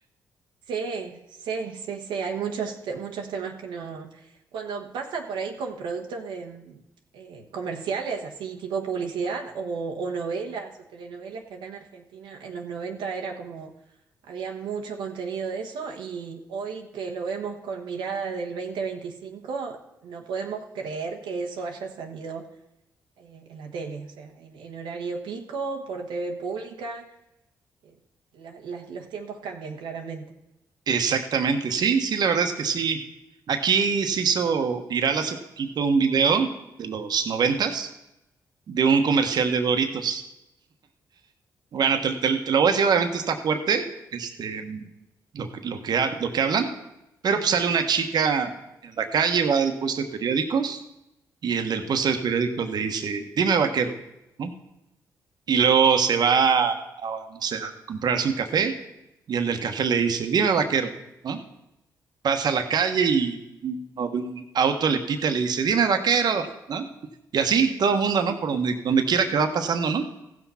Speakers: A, on the right; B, on the right.
A: Sí, sí, sí, sí, hay muchos, te- muchos temas que no. Cuando pasa por ahí con productos de, mm, eh, comerciales, así tipo publicidad, o, o novelas o telenovelas, que acá en Argentina en los 90 era como, había mucho contenido de eso, y hoy que lo vemos con mirada del 2025 no podemos creer que eso haya salido eh, en la tele, o sea, en, en horario pico, por TV pública, eh, la- las- los tiempos cambian claramente.
B: Exactamente, sí, sí, la verdad es que sí. Aquí se hizo viral hace poquito un video de los noventas de un comercial de Doritos. Bueno, te, te- te lo voy a decir, obviamente está fuerte, este, lo que, lo que, ha- lo que hablan, pero pues sale una chica en la calle, va al puesto de periódicos y el del puesto de periódicos le dice, dime vaquero, ¿no? Y luego se va a, no sé, a comprarse un café y el del café le dice, dime vaquero. ¿no? pasa a la calle y uno de un auto le pita y le dice, dime vaquero, ¿no? Y así todo el mundo, ¿no? Por donde, donde quiera que va pasando, ¿no?